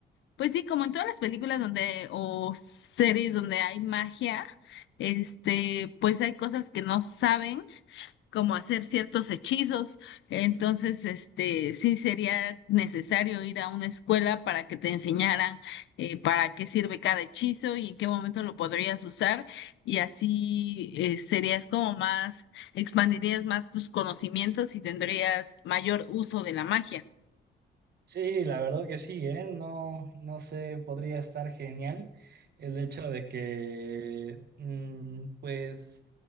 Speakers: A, on the left (about 70°); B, on the right (about 55°).
A: pues sí, como en todas las películas donde o series donde hay magia, este, pues hay cosas que no saben como hacer ciertos hechizos. Entonces, este, sí sería necesario ir a una escuela para que te enseñaran eh, para qué sirve cada hechizo y en qué momento lo podrías usar. Y así eh, serías como más, expandirías más tus conocimientos y tendrías mayor uso de la magia.
B: Sí, la verdad que sí, ¿eh? No, no sé, podría estar genial el hecho de que, mm, pues,